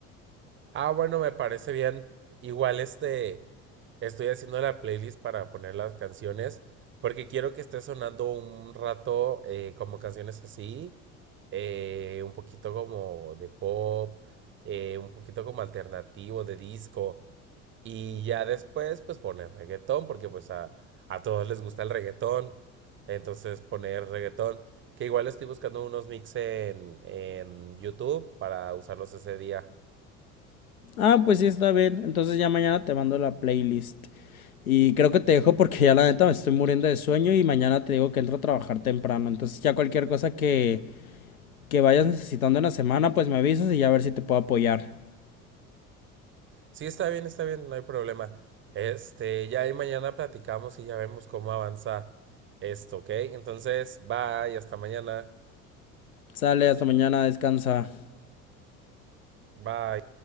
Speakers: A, on the right; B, on the left.
A: Ah, bueno, me parece bien. Igual este, estoy haciendo la playlist para poner las canciones. Porque quiero que esté sonando un rato eh, como canciones así. eh, un poquito como de pop. eh, un poquito como alternativo, de disco. Y ya después, pues poner reggaetón, porque pues a, a todos les gusta el reggaetón. Entonces poner reggaetón, que igual estoy buscando unos mix en, en YouTube para usarlos ese día.
B: Ah, pues sí, está bien. Entonces ya mañana te mando la playlist. Y creo que te dejo porque ya la neta me estoy muriendo de sueño y mañana te digo que entro a trabajar temprano. Entonces ya cualquier cosa que, que vayas necesitando en la semana, pues me avisas y ya a ver si te puedo apoyar.
A: Sí, está bien, está bien, no hay problema. Este, ya ahí mañana platicamos y ya vemos cómo avanza esto, ¿ok? Entonces, bye, hasta mañana.
B: Sale, hasta mañana, descansa.
A: Bye.